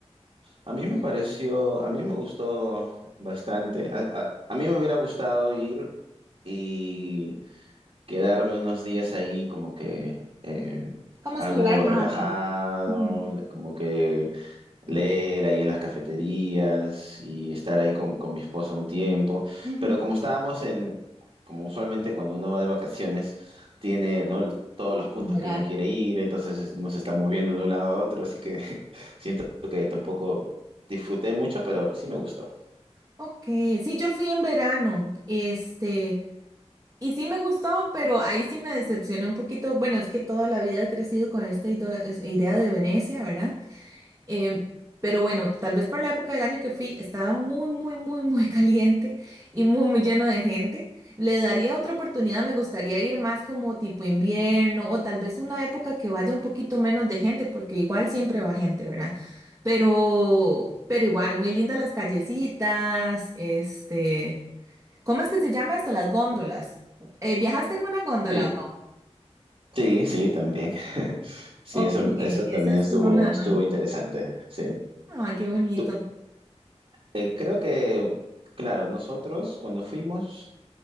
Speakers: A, on the right (about 60°); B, on the right (about 25°).
A: A mí me pareció, a mí me gustó bastante. A, a- a mí me hubiera gustado ir y quedarme unos días ahí como que eh,
B: Vamos
A: algo
B: a explorar más
A: relajado,
B: las- Ujú.
A: como que leer ahí en las cafeterías y estar ahí con, con mi esposa un tiempo.
B: Ujú.
A: Pero como estábamos en, como usualmente cuando uno va de vacaciones, tiene, ¿no? todos los
B: itinerario.
A: puntos que uno quiere ir, entonces es- uno se está moviendo de un lado a otro, así que <laughs> siento que tampoco disfruté mucho, pero sí me gustó.
B: Ok, sí, yo fui en verano, este, y sí me gustó, pero ahí sí me decepcioné un poquito. Bueno, es que toda la vida he crecido con esta ido- es- idea de Venecia, ¿verdad? Eh, pero bueno, tal vez por la época del año que fui, estaba muy, muy, muy, muy <laughs> caliente y muy, muy lleno de gente. Le daría otra oportunidad, me gustaría ir más como tipo invierno o tal vez una época que vaya un poquito menos de gente, porque igual siempre va gente, ¿verdad? Pero, pero igual, muy lindas las callecitas, este, ¿cómo es que se llama esto? Las góndolas. Eh, ¿viajaste en una góndola
A: Sí,
B: o no?
A: sí, sí, también. Sí,
B: Ok,
A: eso, eso
B: esa
A: también
B: sí
A: estuvo,
B: no la,
A: estuvo
B: no, no.
A: interesante. Sí.
B: Ah, qué bonito.
A: Tú- eh, creo que, claro, nosotros cuando fuimos